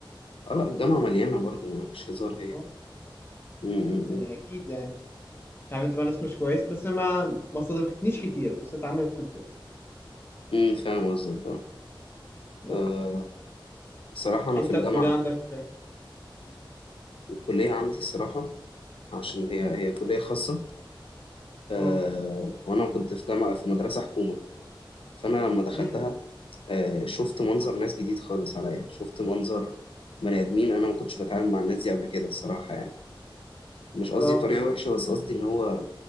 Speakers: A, on the left; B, on the left.
A: اه لا الجامعة مليانة برضو مش هزار هي
B: اه
A: م- م-
B: يعني
A: م.
B: اكيد يعني اتعاملت مع ناس مش كويسه بس ما ما صادفتنيش كتير بس اتعاملت يعني
A: امم فاهم قصدك اه
B: ما.
A: آه، الصراحة أنا
B: انت
A: في الجامعة
B: الكليه عندك
A: الكلية عندي الصراحة عشان هي هي كلية خاصة أه
B: اه
A: وأنا كنت في جامعة في مدرسة حكومة فأنا لما دخلتها
B: أمم،
A: أه شفت منظر ناس جديد خالص عليا شفت منظر بني آدمين أنا ما كنتش بتعامل مع الناس دي قبل كده الصراحة يعني مش قصدي
B: اه
A: طريقة وحشة بس قصدي إن هو